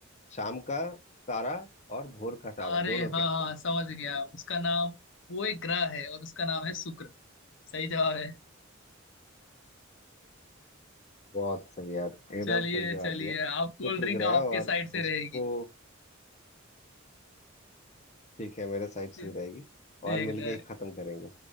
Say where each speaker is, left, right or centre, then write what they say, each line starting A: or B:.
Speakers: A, on the left; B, on the left.
A: शाम का तारा और भोर का
B: अरे
A: तारा दोनों
B: हाँ
A: कहते
B: हाँ
A: हैं
B: समझ गया उसका नाम वो एक ग्रह है और उसका नाम है शुक्र सही जवाब है
A: बहुत सही यार एकदम
B: चलिए
A: सही जवाब
B: चलिए
A: दिया
B: आप कोल्ड
A: शुक्र
B: ड्रिंक
A: ग्रह
B: आपके
A: और
B: साइड से
A: उसको
B: रहेगी
A: ठीक है मेरे साइड से
B: <laughs>
A: ही रहेगी और
B: एकदम
A: मिलके एक खत्म करेंगे